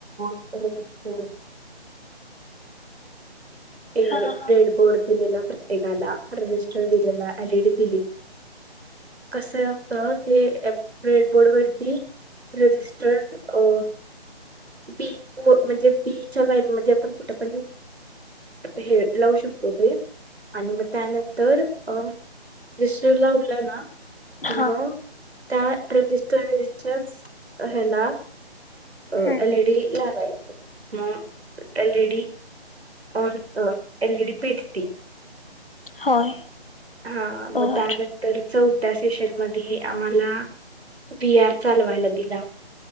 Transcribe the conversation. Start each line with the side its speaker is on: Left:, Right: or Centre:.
Right: <unintelligible> ए
Left: हा
Right: रेड बोर्ड दिलेला प्रत्येकाला रजिस्टर दिलेला एलीडी दिलेली कसं आहे आता ते रेडबोर्ड वरती रजिस्टरड अ बीच म्हणजे बी च्या लाईन मध्ये आपण कुठं पण हे लावू शकतो ते आणि मग त्यानं तर अ क्रीस्टल लावला ना
Left: हा
Right: की मग त्या रजिस्टरच्याच ह्याला अ
Left: हा
Right: एलीडी लावायचं मग एलीडी ऑन अ एलइडी पेटती
Left: होय
Right: हा मग
Left: बर
Right: त्यानंतर चौ त्या सेशन मधी आम्हाला बीआर चालवायला दिला.